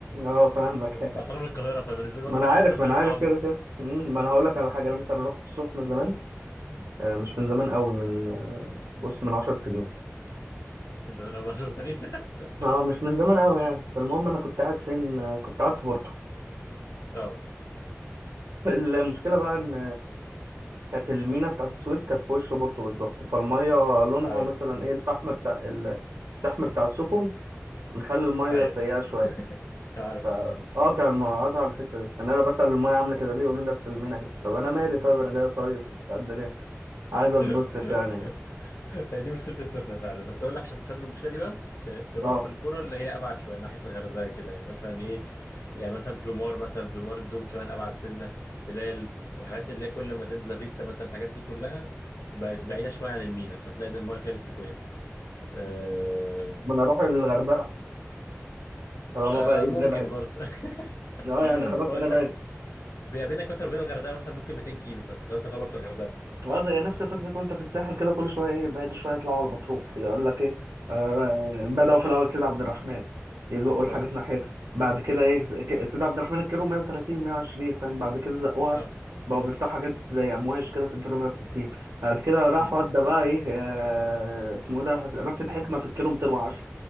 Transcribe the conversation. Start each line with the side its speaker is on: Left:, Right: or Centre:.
Right: اه فاهمك <laughs>
Left: اصلا أنا من القاهره فبالنسبه لي برضه
Right: ما انا
Left: السخنه
Right: عارف
Left: مثلا
Right: ما انا
Left: ساعه
Right: عارف
Left: ونص
Right: كده كده مم، ما انا هقول لك على حاجه
Left: بس-
Right: انا مثلا رحت السخنه زمان
Left: مم.
Right: آه، مش من زمان قوي من آه، بص من 10 سنين
Left: من زمان قوي 10 سنين <laughs>
Right: اه مش من زمان قوي يعني فالمهم انا كنت قاعد فين آه، كنت قاعد في بورتو
Left: اه
Right: <laughs> المشكله بقى ان كانت المينا بتاعت السويس كانت في وش بورتو بالظبط فالميه لونها
Left: ايوه
Right: مثلا ايه الفحم بتاع ال- الشحم بتاع السفن مخلي الميه
Left: ايوه
Right: سيئه شويه
Left: <laughs> أنا عارف
Right: فقاطع
Left: الموضوع ده
Right: الم... قاطع الفكره دي يعني انا بسال الميه عامله كده ليه يقولوا لي اصل المينا اهي طب انا مالي طيب انا جاي صيف وبتاع الدنيا عايز
Left: <laughs>
Right: اتبسط يعني
Left: هي دي مشكلة السخنة فعلا بس أقول لك عشان تتفادى المشكلة دي بقى ت- تروح
Right: اه
Left: في القرى اللي هي أبعد شوية ناحية الغردقة كده يعني مثلا إيه يعني مثلا بلومار مثلا بلومار الدوم كمان أبعد سنة تلال الحاجات اللي هي كل ما تنزل لافيستا مثلا الحاجات دي كلها بقت بعيدة شوية عن المينا فتلاقي إن المايه فيها لسه كويسة آه...
Right: طب ما انا اروح للغردقه طالما
Left: آه
Right: بقى ايه
Left: ممكن
Right: بنبعد
Left: برضه <laughs>
Right: اه يعني خلاص
Left: هو
Right: هنبعد
Left: أنت في... بيقابلك مثلا وبين الغردقة مثلا ممكن 200 كيلو فأنت خلاص تعتبر في الغردقة
Right: اه زي نفس فكرة وانت في الساحل كده كل شوية ايه بعد شوية يطلعوا على مطروح يقول لك ايه آه بدأوا في الأول سيد عبد الرحمن يزقوا الحاجات
Left: أه
Right: ناحيتها بعد كده ايه ك- سيد عبد الرحمن الكيلو 130 120 فاهم بعد كده زقوها
Left: أه
Right: بقوا بيفتحوا حاجات زي أمواج كده في الكيلو 160 بعد كده راح
Left: أمم،
Right: ودى بقى ايه آه اسمه إيه ده راس الحكمة في الكيلو 210